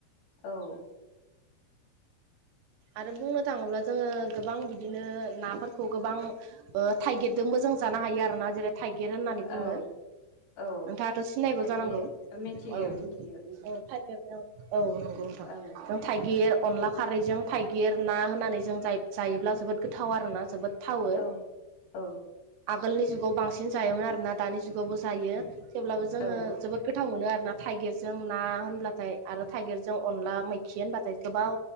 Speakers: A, on the left; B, on the right.
A: औ।
B: आरो बुंनो थाङोब्ला जोङो गोबां बिदिनो नाफोरखौ गोबां ओ थाइगिरदोंबो जों जानो हायो आरोना जेरै थाइगिर होननानै बुङो।
A: औ औ औ
B: नोंथाङाथ' सिनायगौ
A: थागिर
B: जानांगौ
A: मिथियो
B: औ
A: मिथियो
B: औ थायगेरजों। औ नंगौ नोथां।
A: औ
B: थाइगिर अनला खारैजों थाइगिर ना होनानै जों जायोब्ला जोबोद गोथाव आरोना जोबोद। थावो
A: औ औ
B: आगोलनि जुगाव बांसिन जायोमोन आरोना दानि जुगावबो जायो। थेवब्लाबो जोङो
A: औ
B: जोबोद गोथाव मोनो आरो ना थाइगिरजों ना होनब्लाथाय आरो थाइगिरजों अनला मैखि होनबाथाय गोबाव